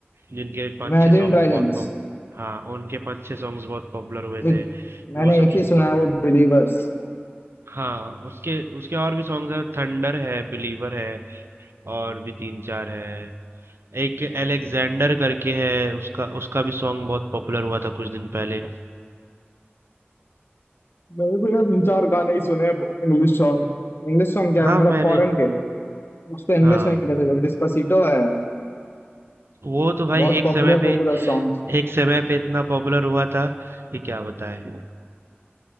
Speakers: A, on the right; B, on the left.
A: जिनके पांच
B: Imagine
A: छह सॉन्ग्स
B: Dragons
A: बहुत पॉप हाँ उनके पांच छह सॉन्ग्स बहुत पॉपुलर हुए
B: एक
A: थे
B: मैंने
A: वो सब
B: एक ही
A: सुनता
B: सुना है वो बिलीवर्स
A: हाँ उसके उसके और भी सॉन्ग्स है थंडर है बिलीवर है और भी तीन चार है एक एलेक्जेंडर करके है उसका उसका भी सॉन्ग बहुत पॉपुलर हुआ था कुछ दिन पहले
B: मेरे को यार तीन चार गाने ही सुने इंग्लिश सॉन्ग इंग्लिश सॉन्ग क्या
A: हाँ
B: है मतलब
A: मैंने
B: फॉरेन के उसको इंग्लिश
A: हाँ
B: नहीं कह सकते डिस्पासिटो है
A: वो तो भाई
B: बहुत
A: एक
B: पॉपुलर
A: समय पे
B: पॉपुलर सॉन्ग्स
A: एक समय पे इतना पॉपुलर हुआ था कि क्या बताएं